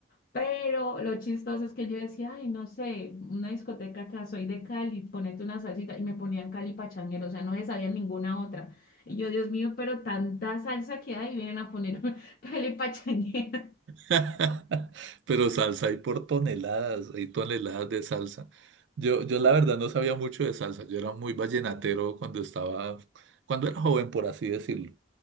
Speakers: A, on the left (about 50°); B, on the right (about 75°).
A: Pero lo chistoso es que yo decía, ay, no sé, una discoteca acá, soy de Cali, ponete una salsita y me ponían Cali Pachanguero, o sea, no se sabía ninguna otra. Y yo, Dios mío, pero tanta salsa que hay, vienen a poner <laughs> Cali Pachanguero.
B: <laughs> Pero salsa hay por toneladas, hay toneladas de salsa. Yo, yo la verdad no sabía mucho de salsa, yo era muy vallenatero cuando estaba, cuando era joven, por así decirlo.